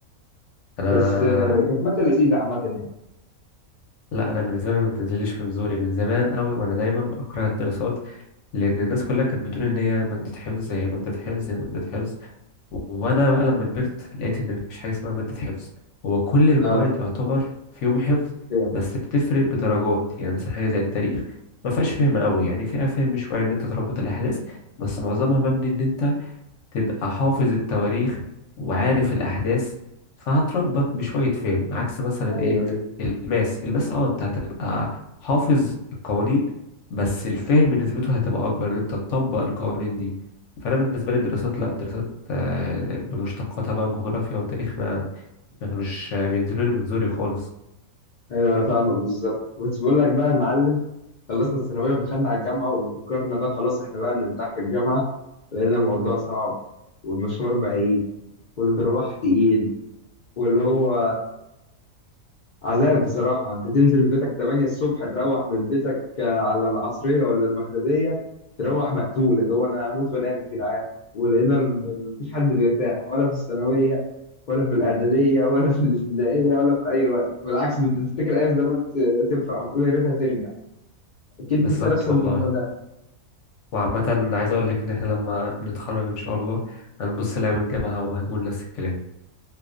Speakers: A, on the left; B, on the left.
A: انا
B: بس آه، كانت ماده لذيذه عامه يعني
A: لا انا بالنسبه لي ما بتنزليش من زوري من زمان قوي وانا دايما بكره الدراسات لان الناس كلها كانت بتقول ان هي ماده حفظ هي ماده حفظ هي ماده حفظ وانا بقى لما كبرت لقيت ان مفيش حاجه اسمها ماده حفظ هو كل المواد
B: اه
A: يعتبر فيهم حفظ
B: فاهم.
A: بس بتفرق بدرجات يعني مثلا حاجه زي التاريخ ما فيهاش فهم قوي يعني فيها فهم شويه ان انت تربط الاحداث بس معظمها مبني ان انت تبقى حافظ التواريخ وعارف الأحداث فهتربط بشوية فهم عكس مثلا
B: ايوه
A: إيه
B: أيوة.
A: الماس الماس اه انت هتبقى حافظ القوانين بس الفهم نسبته هتبقى أكبر إن أنت تطبق القوانين دي فأنا بالنسبة لي الدراسات لأ الدراسات آه، بمشتقاتها بقى جغرافيا وتاريخ ما ما كانوش آه، بينزلوا لي من زوري خالص
B: ايوه انا فاهمك بالظبط كنت بقول لك بقى يا معلم خلصنا الثانويه ودخلنا على الجامعه وفكرنا بقى خلاص احنا بقى نرتاح في الجامعه لقينا الموضوع صعب والمشوار بعيد والمروح تقيل واللي هو عذاب بصراحة أنت تنزل بيتك 8 الصبح تروح من بيتك آه، على العصرية ولا المغربية تروح مقتول اللي هو أنا هموت وأنام يا جدعان ولقينا إن مفيش حد بيرتاح ولا في الثانوية ولا في الإعدادية ولا في الابتدائية ولا في أي وقت بالعكس ده أنت تفتكر أيام زمان ت- تفرح وتقول يا ريتها ترجع أكيد
A: بالظبط
B: أنت نفس
A: والله
B: الموضوع ده
A: وعامة عايز أقول لك إن إحنا لما نتخرج إن شاء الله هنبص لأيام الجامعة وهنقول نفس الكلام